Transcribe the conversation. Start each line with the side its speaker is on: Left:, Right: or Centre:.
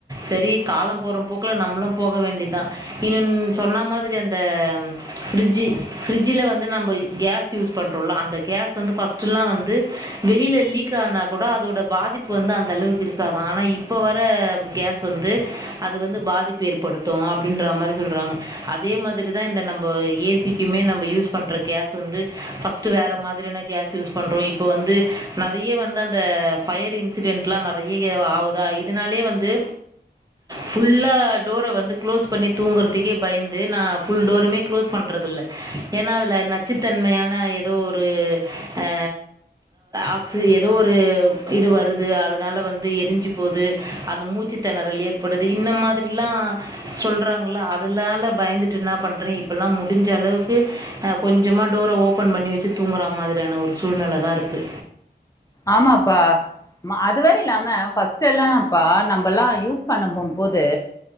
Right: சரி காலம் போற போக்குல நம்மளும் போக வேண்டிதான் ன்ன சொன்ன மாதிரி அந்த ஃபிரிட்ஜ் ஃபிரிட்ஜ்ல வந்து நம்ம கேஸ் யூஸ் பண்றோம்ல அந்த கேஸ் வந்து ஃபர்ஸ்ட்லா வந்து வெளியில லீக் ஆனா கூட அதோட பாதிப்பு வந்து அந்த அளவுக்கு இருக்காதான் ஆனா இப்ப வர கேஸ் வந்து அது வந்து பாதிப்பு ஏற்படுத்தும் அப்படின்ற மாதிரி சொல்றாங்க அதே மாதிரிதான் இந்த நம்ம ஏசிக்குமே நம்ம யூஸ் பண்ற கேஸ் வந்து ஃபர்ஸ்ட் வேற மாதிரியான கேஸ் யூஸ் பண்றோம் இப்போ வந்து நிறைய வந்து அந்த பயர் இன்சிடென்ட்லாம் நிறைய ஆகுதா இதனாலயே வந்து ஃபுல்லா டோரை வந்து க்ளோஸ் பண்ணி தூங்குறதுக்கே பயந்து நா ஃபுல் டோருமே க்ளோஸ் பண்ணுறதில்ல ஏன்னா அதில நச்சுத்தன்மையான ஏதோ ஒரு ஆ ஆக்சி ஏதோ ஒரு இது வருது அதனால வந்து எரிஞ்சு போது அந்த மூச்சு திணறல் ஏற்படுது இந்த மாதிரிலாம் சொல்றாங்களா அதலால பயந்துட்டு என்ன பண்றே இப்பல்லாம் முடிஞ்ச அளவுக்கு கொஞ்சமா டோரை ஓபன் பண்ணி வச்சு தூங்குற மாதிரியான ஒரு சூழ்நிலை தா இருக்கு
Left: ஆமாப்பா அதுவரை இல்லாம ஃபர்ஸ்ட் எல்லாம்ப்பா நம்மல்லாம் யூஸ் பண்ண போம்போது